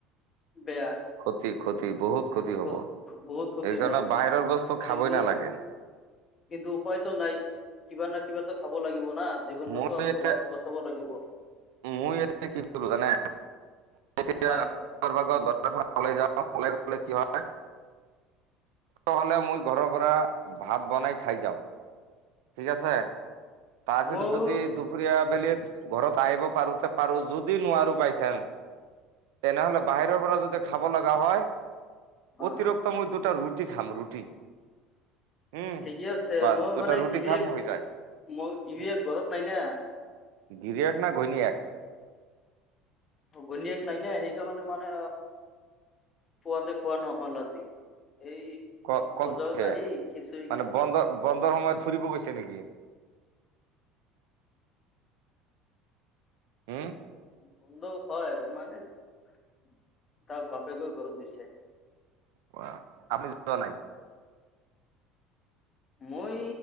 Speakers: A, on the left; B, on the right.
A: বেয়া
B: খতি খতি বহুত ক্ষতি হ'ব
A: বহুত
B: সেইকাৰণে
A: বহুত ক্ষতি হয়
B: বাহিৰৰ বস্তু খাবই
A: কিন্তু
B: নালাগে।
A: কিন্তু উপায়তো নাই কিবা ন কিবা তো খাব লাগে। লাগিব না জীৱনটোতো
B: মোৰ
A: আকৌ
B: এতিয়া
A: বচাব লাগিব।
B: মই ই কি কৰিলো জানে তেতিয়াও
A: হয়
B: য অকলে গলে কি হয় হ'লে মই ঘৰৰ পৰা ভাত বনাই খাই যাওঁক ঠিক আছে। তাৰপিছত
A: মোৰ
B: যদি দুপৰীয়া আবেলি ঘৰত আহিব পাৰো পাৰো যদি নোৱাৰো বাইচানস তেনেহলে
A: হয়
B: বাহিৰৰ পৰা যদি খাব লগা হয়
A: অ
B: অতিৰক্ত মূয় দুটা ৰুটি ৰুটি খাম ৰুটি উম
A: ঠিকে আছে
B: বাচ
A: মই
B: গটা
A: মানে
B: ৰুটি
A: গিৰিয়েক
B: খাম হৈ যায়
A: মই গিৰিয়েক ঘৰত নাই না
B: গিৰিয়েক না ঘৈণীয়েক।
A: ঘণীয়েক নাই নে সেইকাৰণে মানে পুৱাতে খোৱা নহ'ল আজি। এই
B: ক ক'ত
A: বজাৰত
B: গৈছে
A: আহি খিচিৰি
B: মানে বন্ধ বন্ধৰ সময়ত ফুৰিব গৈছে নেকি? উম
A: বন্ধ- হয় মানে তাৰ বাপেকৰ ঘৰত গৈ।
B: অ আপুনি যোৱা নাই।
A: মই